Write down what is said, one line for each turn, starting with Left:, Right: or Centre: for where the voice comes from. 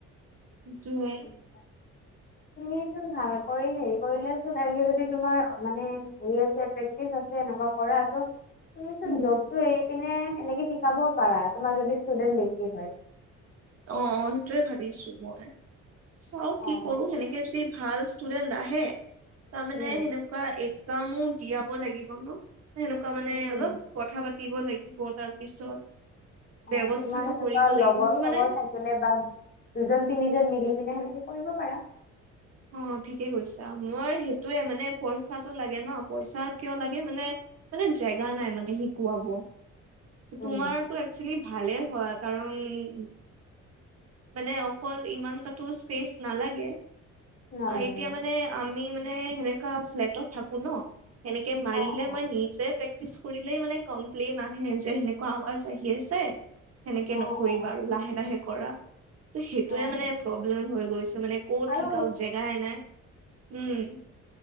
Right: <unintelligible>
Left: <inaudible> তুমিচোন ভাল কৰি হেৰি কৰিলেচোন এনেকে যদি তোমাৰ মানে হেৰি আছে টিছ আছে এনেকুৱা কৰা ত' তুমিচোন
Right: উম
Left: জবটো এৰি পিনে সেনেকে শিকাবও পাৰা, তোমাৰ যদি ষ্টুডেন্ট বেছি হয়।
Right: অ', অ' সেইটোয়ে ভাবিছোঁ মই, চাও
Left: অ,
Right: কি কৰোঁ সেনেকে যদি ভাল ষ্টুডেন্ট আহে তাৰমানে
Left: উম,
Right: সেনেকুৱা এক্সামো দিয়াব লাগিব ন'? সেনে কুৱা মানে
Left: উম, উম,
Right: অলপ কথা পাতিব লাগিব, তাৰপিছত
Left: অ',
Right: ব্যৱস্থাটো
Left: তোমাৰ সেনেকুৱা
Right: কৰিব
Left: লগৰ
Right: লাগিব। মোৰ
Left: চগৰ
Right: মানে
Left: বা দুজন তিনিজন মিলি পিনে সেনেকে কৰিব পাৰা।
Right: অ' ঠিকে কৈছা মোৰ সেইটোয়ে মানে পইচাটো লাগে ন' পইচা কিয় লাগে মানে মানে জেগা নাই মানে শিকোৱাব।
Left: উম,
Right: তোমাৰতো একচুৱেলি ভালে হয় কাৰণ মানে অকল ইমান তাতো স্পেচ নালাগে,
Left: নালাগে
Right: এতিয়া
Left: অ',
Right: মানে আমি মানে সেনেকা ফ্লেটত থাকো ন' সেনেকে মাৰিলে
Left: অ', অ',
Right: মই নিজে প্ৰেক্টিচ কৰিলেই মানে কমপ্লেইন আহে যে সেনেকুৱা আৱাজ আহি আছে। সেনেকে
Left: অ',
Right: নকৰিবা
Left: অ',
Right: আৰু লাহে লাহে কৰা। ত' সেইটোৱে
Left: অ',
Right: মানে প্ৰব্লেম হৈ গৈছে মানে ক'ত
Left: আৰু
Right: শিকাওঁ জেগাই নাই, উম।